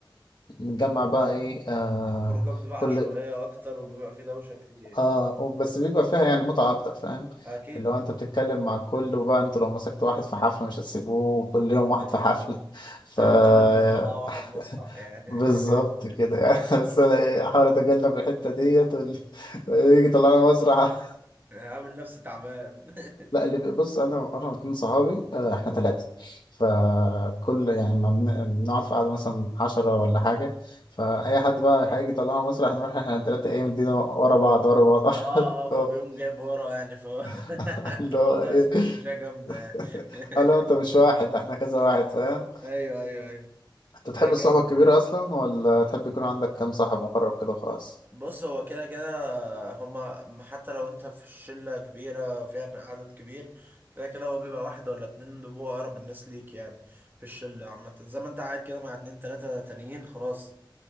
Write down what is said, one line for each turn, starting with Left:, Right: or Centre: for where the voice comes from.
Left: نتجمع بقى ايه آه
Right: الخروجه بتبقى
Left: كل
Right: عشوائيه اكتر وبيبقى في دوشه كتير
Left: اه بس بيبقى فيها يعني متعة أكتر فاهم
Right: اكيد
Left: اللي
Right: طبعا
Left: هو أنت بتتكلم مع الكل وبقى أنت لو مسكت واحد في حفلة مش هتسيبوه كل يوم واحد
Right: ايوه
Left: في حفلة ف
Right: ايوه كل يوم بتطلعوا
Left: <laughs>
Right: واحد مسرح يعني
Left: بالظبط كده يعني
Right: <laughs> <laughs>
Left: <laughs> بس أنا أحاول أتجنب الحتة ديت وال- ويجي يطلعنا مسرح
Right: عامل نفسه تعبان <laughs>
Left: لا اللي بي- بص انا انا اتنين صحابي آه، احنا
Right: اه
Left: ثلاثه فكل يعني ما بن- بنقعد في قعده مثلا عشرة ولا حاجه فاي حد بقى هيجي طلعنا مصر هنروح احنا الثلاثه ايه مدينا ورا بعض ورا بعض ورا
Right: اه اه فبيقوم
Left: بعض.
Right: جايب ورا يعني ف
Left: <laughs>
Right: <laughs>
Left: اللي
Right: طب والله
Left: هو ايه
Right: استراتيجية جامدة
Left: <laughs>
Right: يعني
Left: قال له انت
Right: <laughs>
Left: مش واحد احنا كذا واحد فاهم
Right: ايوه ايوه ايوه
Left: انت بتحب
Right: لا جامد
Left: الصحبه الكبيره
Right: ده
Left: اصلا ولا تحب يكون عندك كام صاحب مقرب كده وخلاص
Right: بص هو كده كده هما حتى لو انت في شلة كبيرة فيها عدد كبير كده كده هو بيبقى واحد ولا اتنين بيبقوا اقرب الناس ليك يعني في الشلة عامة زي ما انت قاعد كده مع اتنين تلاتة تانيين خلاص